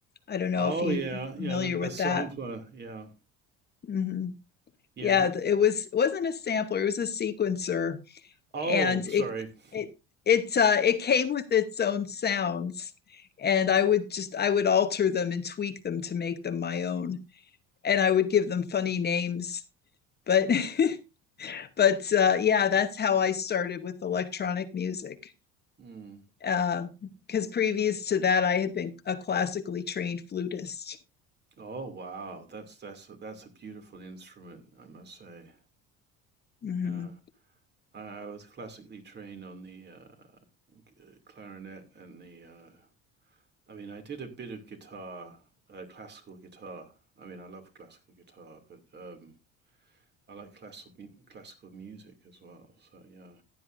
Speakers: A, on the left; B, on the right.
A: I don't know
B: Oh
A: if you're
B: yeah, yeah,
A: familiar
B: the the
A: with
B: sampler,
A: that.
B: yeah.
A: hmm
B: Yeah.
A: Yeah, it was it wasn't a sampler. It was a sequencer,
B: Oh,
A: and
B: sorry.
A: it
B: <laughs>
A: it it uh, it came with its own sounds. And I would just I would alter them and tweak them to make them my own. And I would give them funny names, but <laughs> but uh, yeah, that's how I started with electronic music.
B: Mm.
A: Because uh, previous to that, I had been a classically trained flutist.
B: Oh wow, that's that's a, that's a beautiful instrument, I must say.
A: hmm
B: Yeah. I, I was classically trained on the uh, g- uh, clarinet and the. Uh, I mean, I did a bit of guitar, uh, classical guitar. I mean, I love classical guitar, but um, I like classical mu- classical music as well. So yeah,